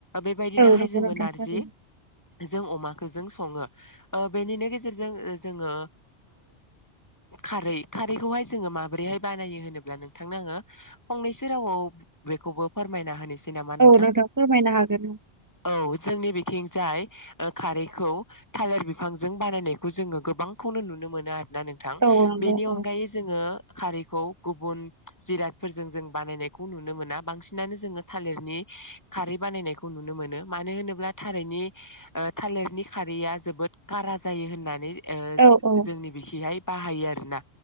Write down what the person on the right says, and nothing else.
औ नंगौ
नोंथां
थारैनो
औ फोरमायनो हागोन
औ नंगौ
औ
औ औ